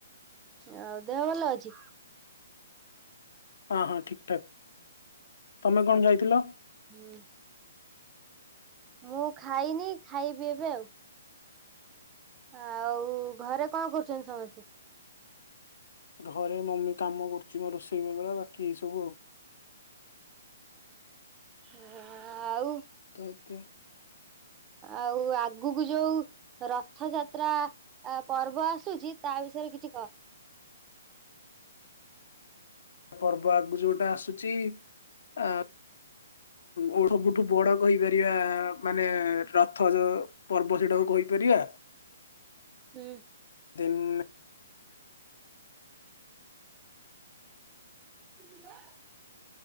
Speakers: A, on the right; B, on the left.
A: ଆ ଦେହ ଭଲ ଅଛି?
B: ଅ ହଁ ଠିକ୍ ଠାକ୍ ତମେ କଣ ଯାଇଥିଲ?
A: ହୁଁ। ମୁଁ ଖାଇନି ଖାଇବି ଏବେ ଉ। ଆଉ ଘରେ କଣ କରୁଚନ୍ତି ସମସ୍ତେ?
B: ଘରେ ମମି କାମ କରୁଛି ମୋ ରୋଷେଇ <inaudible> ବଗଲା ବାକି ଏଇ ସବୁ ଆଉ।
A: ହ <unintelligible> ଆଉ
B: ତତେ
A: ଆଉ ଆଗୁକୁ ଯୋଉ ରଥଯାତ୍ରା ଆ ପର୍ବ ଆସୁଚି ତା ବିଷୟରେ କିଛି କ
B: ପର୍ବ ଆଗୁ ଯୋଉଟା ଆସୁଛି ଆ ଓଢ ଫୁଟୁ ବଡ କହିପାରିଆ ମାନେ ରଥ ଯୋ ପର୍ବ ସେଟାକୁ କହିପାରିଆ।
A: ହୁଁ।
B: ଦେନ୍
A: ହ <unintelligible>